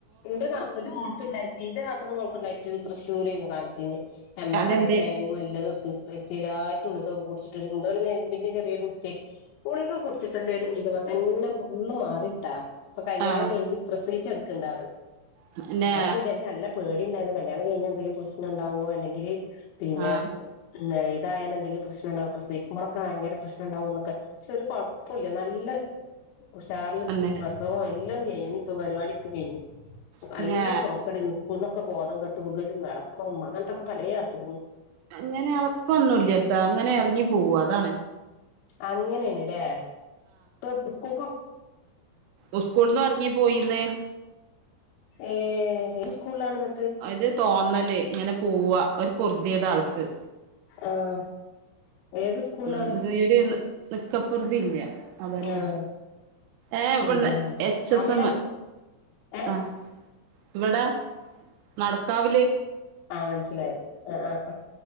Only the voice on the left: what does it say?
എന്റെ നാത്തൂന്റെ മോൾക്ക് ഉണ്ടായിട്ടുണ്ട് എന്റെ നാത്തൂന്റെ മോൾക്ക് ഇണ്ടായിട്ട് തൃശ്ശൂരാണ് കാണിച്ചിന്. എം
ആർ ഐ സ്കാനിങ്ങും എല്ലാതും എടുത്ത് ഇപ്പോ സ്ഥിരായിട്ട് ഓള് തൊക്കെ കുടിച്ചിട്ട് എന്തോ പിന്നെ ചെറിയൊരു മിസ്റ്റേക്ക് ഗുളിക കുടിച്ചിട്ട് ഒരുളിക തന്നെ ഫുള്ള് മാറി. ട്ടാ ഇപ്പോ കല്യാണം
കഴിഞ്ഞു പ്രസിവിച്ച് കെടക്കിണ്ട് ആള്
നമ്മളൊക്കെ വിചാരിച്ച് നല്ല പേടി ണ്ടായിരുന്ന് കല്യാണം കഴിഞ്ഞ് എന്തെങ്കിലും പ്രശ്നം ഉണ്ടാവോ അല്ലെങ്കിൽ പിന്നെ
ഇ ഇതായാല എന്തെങ്കിലും പ്രശ്നണ്ടാവും പ്രസവിക്കുമ്പോളൊക്കെ ഭയങ്കര പ്രശ്നം ഉണ്ടാവും എന്നൊക്കെ പക്ഷേ ഒരു കുഴപ്പമില്ല നല്ല ഉഷാർ
പ്രസവം എല്ലാം കഴിഞ്ഞ് ഇപ്പോ പരിപാടിയൊക്കെ കഴിഞ്ഞു നല്ല
സോക്കേടെനും. ഇന്നൊക്കെ ബോധം കെട്ട് വീകലും വിളക്കും അങ്ങനത്തൊക്കെ പലേ അസു
അങ്ങനെയാണല്ലേ ഇപ്പോ സ്കൂൾക്കൊ
ഏഹ് ഏത് സ്കൂളിലാണ് എന്നി
ആഹ് ഏത് സ്കൂളിലാണ്
ആഹ്
അന്തേ
അവിടെ
ഏ
ആഹ് മനസ്സിലായി ആ ആ